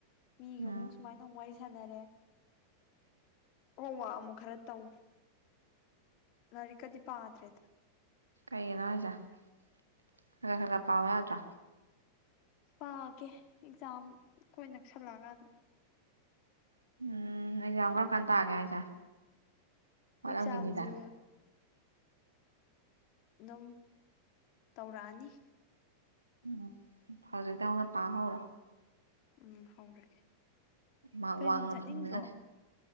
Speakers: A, on the left (about 40°); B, on the right (about 80°).
A: ꯃꯤꯒ
B: ꯎꯝ
A: ꯑꯃꯨꯛ ꯁꯨꯃꯥꯏꯅ ꯋꯥꯔꯤ ꯁꯥꯟꯅꯔꯦ ꯍ ꯋꯥ ꯑꯃꯨꯛ ꯈꯔ ꯇꯧ ꯂꯥꯏꯔꯤꯛꯀꯗꯤ ꯄꯥꯗ꯭ꯔꯦꯗ
B: ꯀꯩꯒꯤꯅꯣ ꯍꯥꯏꯁꯦ ꯈ ꯈꯔ ꯈꯔ ꯈꯔ ꯄꯥꯎ ꯌꯥꯗ꯭ꯔꯣ
A: ꯄꯥꯒꯦ ꯑꯦꯛꯖꯥꯝ ꯀꯣꯏ ꯅꯛꯁꯜꯂꯛꯑꯀꯥꯟꯗ
B: ꯎꯝ ꯑꯦꯛꯖꯥꯝ ꯀꯔꯝ ꯀꯥꯟ ꯇꯥꯛꯑꯒꯦ ꯍꯥꯏꯁꯦ ꯋꯥꯠꯂꯝꯈꯤꯅꯤꯗ
A: ꯑꯦꯛꯖꯥꯝꯁꯦ ꯑꯗꯨꯝ ꯇꯧꯔꯛꯑꯅꯤ
B: ꯎꯝ ꯍꯧꯖꯤꯛ ꯇꯃꯅ ꯄꯥ ꯍꯣꯔꯣ
A: ꯎꯝ ꯍꯧꯔꯒꯦ
B: ꯃꯥꯔꯛ
A: ꯀꯩꯅꯣ
B: ꯋꯥꯡꯅ
A: ꯆꯠꯅꯤꯡꯗ꯭ꯔꯣ
B: ꯐꯪꯅꯤꯉꯥꯏ